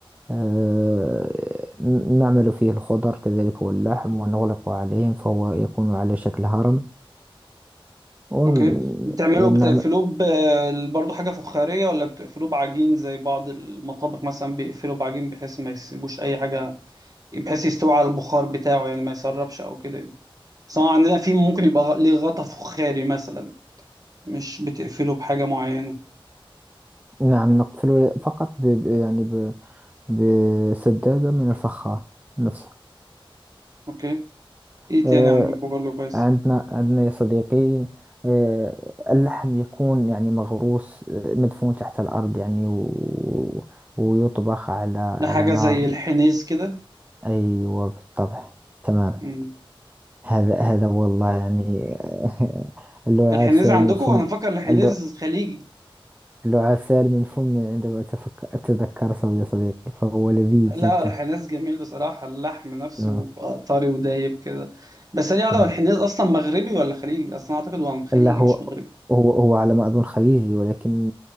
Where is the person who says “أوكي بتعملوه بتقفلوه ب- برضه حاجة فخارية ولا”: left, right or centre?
Right